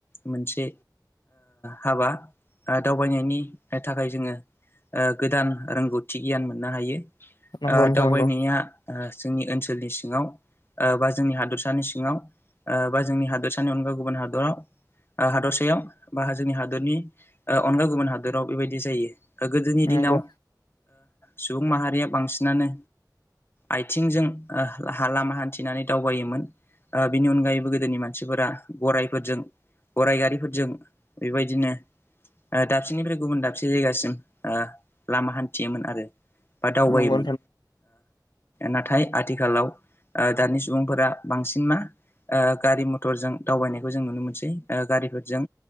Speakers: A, on the left (about 30°); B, on the left (about 75°).
A: मोनसे हाबा दावबायनायनि थाखाय जोङो गोदान रोंगौथि गियान मोननो हायो
B: नंगौ
A: दावबायनाया
B: नोंथां नंगौ
A: जोंनि ओनसोलनि सिङाव बा जोंनि हादरसानि सिङाव बा जोंनि हादोरसानि अनगा गुबुन हादराव हादरसायाव बा जोंनि हादरनि अनगा गुबुन हादोराव बेबायदि जायो गोदोनि
B: नंगौ
A: दिनाव सुबुं माहारिया बांसिनानो आथिंजों लामा हान्थिनानै दावबायोमोन बिनि अनगायैबो गोदोनि मानसिफोरा गराइफोरजों गराइ गारिफोरजों बेबायदिनो दाबसेनिफ्राय गुबुन दाबसे जायगासिम लामा हान्थियोमोन आरो बा दावबायोमोन
B: नंगौ
A: नाथाय आथिखालाव दानि सुबुंफोरा बांसिन मा गारि मथरजों दावबायनायखौ जों नुनो मोनसै गारिफोरजों